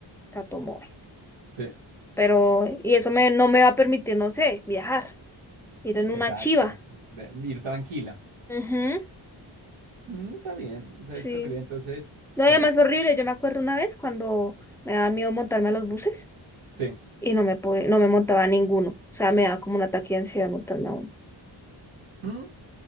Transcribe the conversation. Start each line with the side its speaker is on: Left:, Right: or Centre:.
Centre: de automóvil,
Right: sí,
Centre: pero, y eso me, no me va a permitir, no sé, viajar, ir en
Right: exacto.
Centre: una chiva.
Right: De- ir tranquila.
Centre: Ujú,
Right: Mm, está bien. O sea,
Centre: sí.
Right: Es preferible entonces,
Centre: No, y
Right: eh,
Centre: además horrible, yo me acuerdo una vez cuando me daba miedo montarme a los buses.
Right: sí.
Centre: y no me pude, no me montaba ninguno. O sea, me daba como un ataque de ansiedad montarme a uno.
Right: Mm,